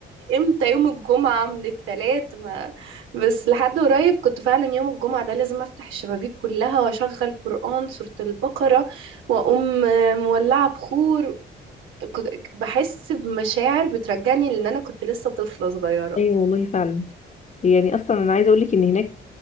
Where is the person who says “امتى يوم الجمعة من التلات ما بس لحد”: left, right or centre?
Right